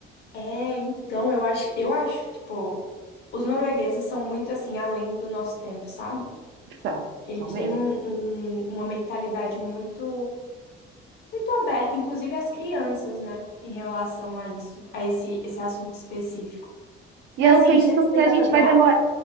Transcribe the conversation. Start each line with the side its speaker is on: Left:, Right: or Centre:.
Left: É, então eu acho, eu acho, tipo, os noruegueses são muito assim além do nosso tempo, sabe?
Right: Então,
Left: Eles
Right: são mesmo.
Left: têm um- um- uma mentalidade muito muito aberta, inclusive as crianças, né, em relação a isso, a esse esse assunto específico.
Right: E
Left: Mas
Right: eu
Left: assim,
Right: penso
Left: che- você
Right: que a
Left: já
Right: gente
Left: foi pra
Right: vai
Left: lá?
Right: demorar.